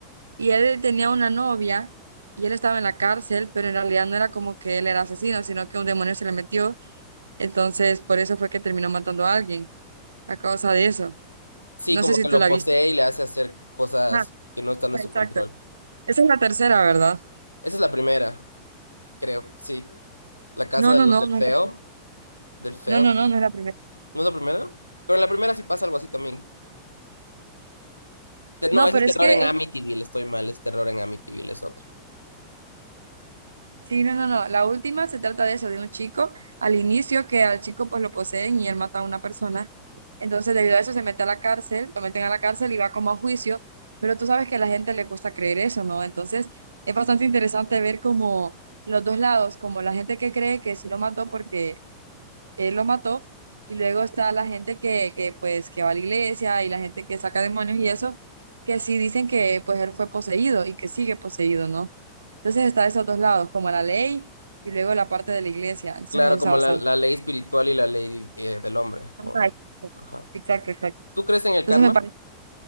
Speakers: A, on the right; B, on the left.
A: y él tenía una novia y él estaba en la cárcel, pero en realidad no era como que él era asesino, sino que un demonio se le metió entonces, por eso fue que terminó matando a alguien, a causa de eso.
B: Sí,
A: No
B: como
A: sé si
B: que
A: tú
B: lo
A: la
B: posee
A: viste.
B: y le hace hacer cosas
A: Ah,
B: que no están
A: exacto.
B: en su control.
A: Esa es la tercera, ¿verdad?
B: Esa es la primera, creo, sí. La casa
A: No,
B: de
A: no,
B: los
A: no,
B: del
A: no,
B: feo,
A: es la-
B: del feo.
A: no, no, no, no es la primera.
B: ¿No es la primera? Pero en la primera sí pasa algo así también. Te-
A: No,
B: No, ese
A: pero
B: es terror
A: es que,
B: en Amityville,
A: eh,
B: estoy mal, es terror en Amityville, es otro.
A: sí, no, no, no. La última se trata de eso, de un chico al inicio que al chico pues lo poseen y él mata a una persona. Entonces, debido a eso se mete a la cárcel, lo meten a la cárcel y va como a juicio, pero tú sabes que a la gente le cuesta creer eso, ¿no? Entonces, es bastante interesante ver como los dos lados, como la gente que cree que sí lo mató porque él lo mató. Y luego está la gente que, que, pues, que va a la iglesia y la gente que saca demonios y eso, que sí dicen que, pues, él fue poseído y que sigue poseído, ¿no? Entonces está esos dos lados, como la ley y luego la parte de la iglesia. Entonces
B: Claro,
A: me gusta
B: como
A: bastante.
B: la, la ley espiritual y la ley eh, del hombre. como-
A: Ah, exacto,
B: Ajá.
A: exacto. exacto.
B: ¿Tú crees en el
A: Entonces
B: karma?
A: me parece